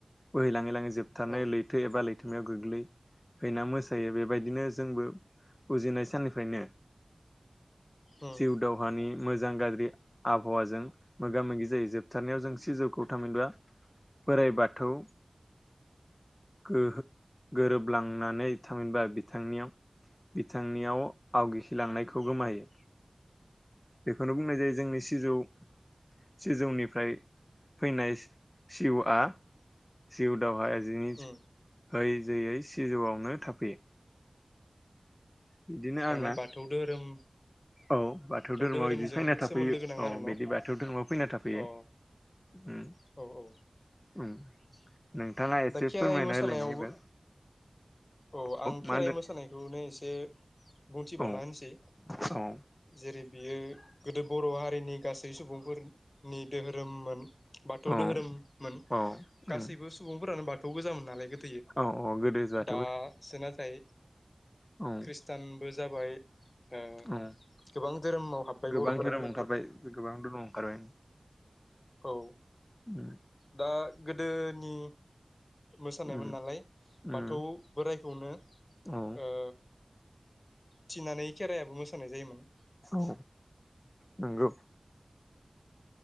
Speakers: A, on the left (about 20°); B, on the left (about 45°).
A: बोहैलाङो। लां जोबथारनाय
B: औ
A: लैथो एबा लैथोमायाव गोग्लै हैना मोसायो बेबायदिनो जोंबो उजिनाय साननिफ्रायनो
B: उम
A: जिउ दावहानि मोजां गाज्रि आबहावाजों मोगा मोगि जायो जोबथारनायाव जों सिजौखौ थामिनबआ बोराइ बाथौ। गोहो गोरोबलांनानै थामहिनबा बिथां बिथांनियाव आवगिखिलांनायखौ गोमायो बेखौनो बुंनाय जायो जोंनि सिजौ सिजौनिफ्राय फैनाय सिजौआ जिव। दावहाया जिनि
B: उम
A: जयै जयै सिजौआवनो थाफैयो। बिदिनो आरोना
B: माने बाथौ धोरोम
A: औ बाथौ धोरोमाव
B: धोरोमजों
A: बिदि फैना थाफैयो
B: सोमोन्दो गोनां
A: औ
B: आरो न'
A: बिदि बाथौ धोरोमाव फैना थाफैयो।
B: अ
A: उ
B: औ औ
A: उ। नोंथाङा एसे
B: दा खेराइ
A: फोरमायना
B: मोसानायावबो
A: होलायनाय एबार।
B: औ आं
A: मा
B: खेराइ
A: होनदों
B: मोसानायखौनो एसे। बुंथिबावना
A: औ
B: होनोसै
A: औ
B: जेरै। बियो गोदो बर' हारिनि गासै सुबुंफोर। नि दोहोरोममोन बाथौ
A: औ
B: दोहोरोममोन
A: औ
B: गासैबो
A: उम
B: सुबुंफोरानो बाथ। थ' गोजोन नालाय गोब।
A: औ अ गोदै जाय।
B: दासो नाथाय
A: औ
B: ख्रिस्टानबो जा। जाबाय। ओ
A: औ
B: गोबां धोरोमाव हाबबाय
A: गोबां
B: बर'फोरा
A: धोरोम ओंखारबाय गोबां धोरोम ओंखारबाय।
B: औ
A: उम
B: दा। गोदोनि। मोसानायमोन
A: उम
B: नालाय
A: उम
B: बाथौ बोराइखौनो
A: औ
B: ओ। थिनानै खेरायाबो मोसानाय जायोमोन।
A: औ नंगौ।